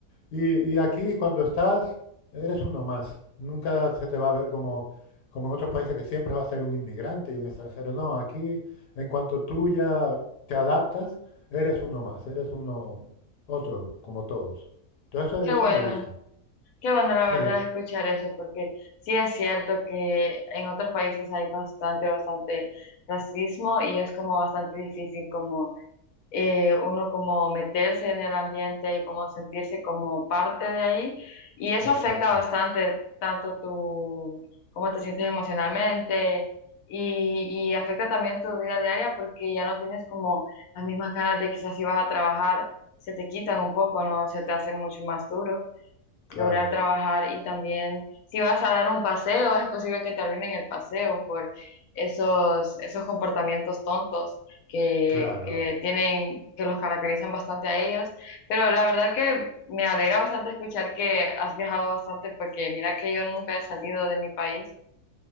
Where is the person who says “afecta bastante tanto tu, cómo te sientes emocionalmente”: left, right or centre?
Left